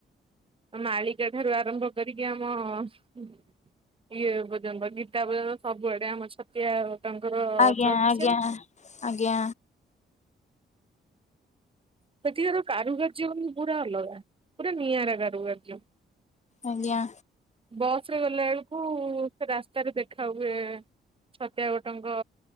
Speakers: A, on the right; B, on the left.
A: ମାଳିକା ଠାରୁ ଆରମ୍ଭ କରିକି ଆମ ହୁଁ ଇଏ ପର୍ଯ୍ୟନ୍ତ ଗୀତା ପର୍ଯ୍ୟନ୍ତ ସବୁଆଡେ ଆମ ଛତିଆ ବଟ ଙ୍କର
B: ଆଜ୍ଞା
A: ଚର୍ଚ୍ଚା।
B: ଆଜ୍ଞା ଆଜ୍ଞା
A: ସେଠିକାର କାରୁକାର୍ଯ୍ୟ ପୁରା ଅଲଗା ପୁରା ନିଆରା କାରୁକାର୍ଯ୍ୟ।
B: ଆଜ୍ଞା
A: ବସ୍ ରେ ଗଲା ବେଳକୁ ସେ ରାସ୍ତାରେ ଦେଖା ହୁଏ। ଛତିଆ ବଟଙ୍କ